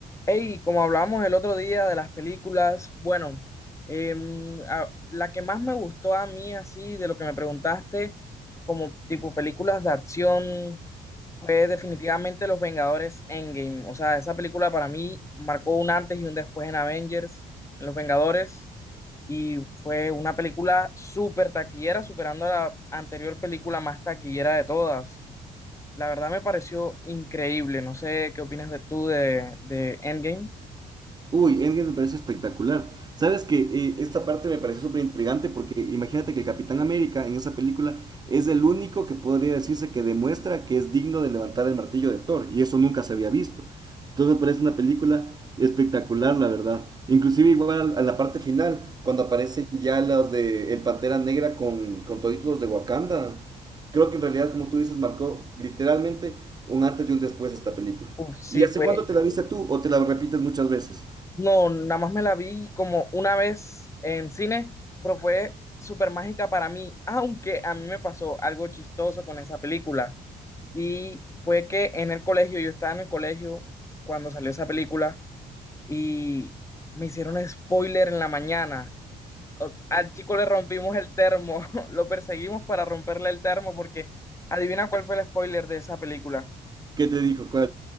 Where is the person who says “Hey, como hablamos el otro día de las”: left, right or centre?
Left